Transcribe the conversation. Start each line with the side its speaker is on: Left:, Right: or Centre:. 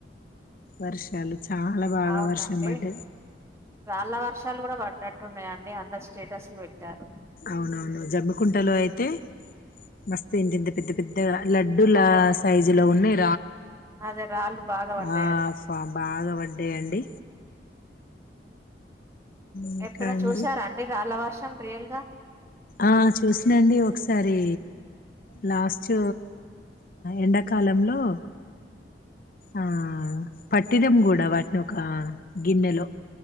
Left: వర్షాలు చాలా బాగా
Right: అవునండి
Left: వర్షం పడ్డది
Right: చళ్ళ వర్షం ాలు కూడా పడ్నట్టున్నాయండి అందరు స్టేటస్లు పెట్టారు
Left: అవునవును జమ్ముకుంటలో అయితే మస్త్ ఇంత పెద్ద పెద్దగా లడ్డూల
Right: అదే
Left: సైజు లో ఉన్నాయి
Right: అదే రాళ్ళు బాగా పడ్డాయట
Left: ఆ బాగా పడ్డాయండి ఇంకా
Right: ఎప్పుడ
Left: అండి
Right: చూసారంండి రాళ్ళ వర్షం ప్రియల్గా
Left: ఆ చూసినండి ఒకసారి లాస్ట్ ఎండాకాలంలో ఆ పట్టిదం కూడా వాటిని ఒక గిన్నెలో